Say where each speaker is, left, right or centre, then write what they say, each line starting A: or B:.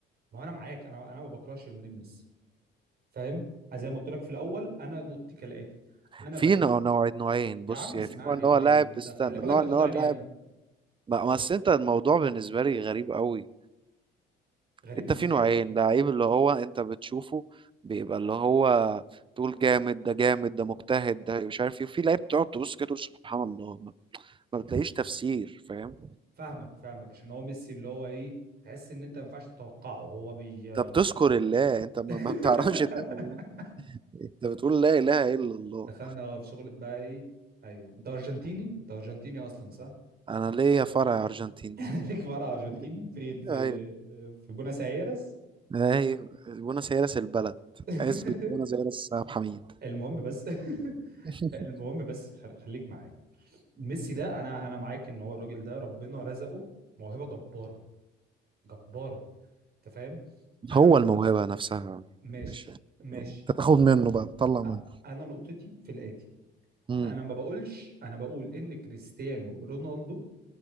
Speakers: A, on the right; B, on the right.
A: ما هو انا معاك انا انا ما بكرهش ليونيل ميسي فاهم زي ما قلت لك في الاول انا نقطتي كالاتي انا
B: في
A: بشوف
B: نوع نوع نوعين بص
A: يا عم
B: يعني
A: اسمعني
B: في نوع ان هو
A: طيب
B: لاعب
A: انت
B: استنى
A: خلي بالك
B: نوع
A: بتقاطعني
B: ان هو لاعب
A: ياما
B: ما- بس انت الموضوع بالنسبة لي غريب قوي
A: غريب
B: انت
A: ازاي
B: في نوعين لعيب اللي هو انت بتشوفه بيبقى اللي هو تقول جامد ده جامد ده مجتهد ده مش عارف ايه وفي لعيب تقعد تبص كده تقول سبحان الله ما ما بتلاقيش تفسير فاهم
A: فاهمك فاهمك عشان هو ميسي اللي هو ايه تحس ان انت ما ينفعش تتوقعه هو بي
B: انت بتذكر الله انت ما
A: <laughs>
B: ما بتعرفش تعمل ايه انت بتقول لا اله الا الله
A: دخلنا في شغلة بقى ايه ايوه انت ارجنتيني انت ارجنتيني اصلا صح
B: انا ليا فرع ارجنتيني
A: <laughs> ليك فرع ارجنتيني
B: <laughs>
A: فين في
B: ايوه
A: في بوناس ايرس
B: ايوه بوينس ايرس البلد
A: <laughs>
B: عزبة بوينس ايرس عبد الحميد
A: المهم بس <laughs>
B: <laughs>
A: المهم بس خل- خليك معايا ميسي ده انا انا معاك ان هو الراجل ده ربنا رزقه موهبة جبارة جبارة انت فاهم انا
B: هو
A: نقطة
B: الموهبة نفسها
A: ماشي
B: مش
A: ماشي
B: انت تاخد منه بقى تطلع منه
A: أ- انا نقطتي في الاتي
B: مم.
A: انا ما بقولش انا بقول ان كريستيانو رونالدو